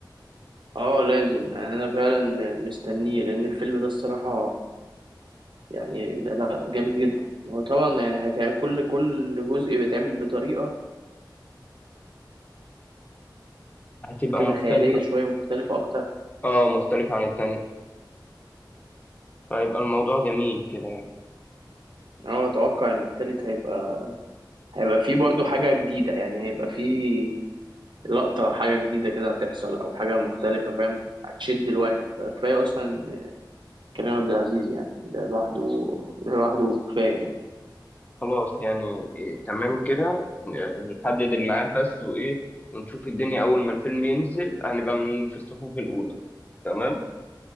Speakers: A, on the right (about 80°); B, on the left (about 20°).
A: اه لازم يعني انا فعلا م- مستنيه لان الفيلم ده الصراحه يعني لا جامد جدا هو طبعا يعني هيتعمل كل كل جزء بيتعمل بطريقه
B: هتبقى
A: كده
B: مختلفة
A: خياليه شويه مختلفه اكتر
B: اه مختلفة عن التانية فهيبقى الموضوع جميل كده يعني
A: اه اتوقع ان التالت هيبقى هيبقى فيه برضو حاجه جديده يعني هيبقى فيه لقطة حاجة جديدة كده هتحصل أو حاجة مختلفة فاهم هتشد الواحد فكفاية أصلا كريم عبد العزيز يعني ده لوحده ده لوحده كفاية يعني
B: خلاص يعني إيه تمام كده ن- نحدد الميعاد بس وايه ونشوف الدنيا اول ما الفيلم ينزل هنبقى من في الصفوف الاولى تمام